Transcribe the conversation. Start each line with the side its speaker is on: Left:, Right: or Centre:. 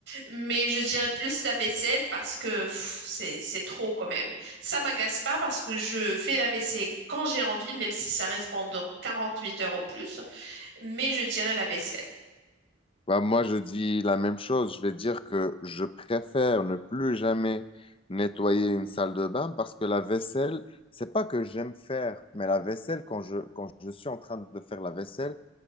Right: Mais je dirais plus la vaisselle parce que pff, c'est c'est trop quand même. Ça m'agace pas parce que je fais la vaisselle quand j'ai envie, même si ça reste pendant 48 heures au plus mais je dirais la vaisselle.
Left: Bah, moi, je dis la même chose. Je vais dire que je préfère ne plus jamais nettoyer une salle de bain parce que la vaisselle, c'est pas que j'aime faire, mais la vaisselle, quand je, quand je suis en train de faire la vaisselle,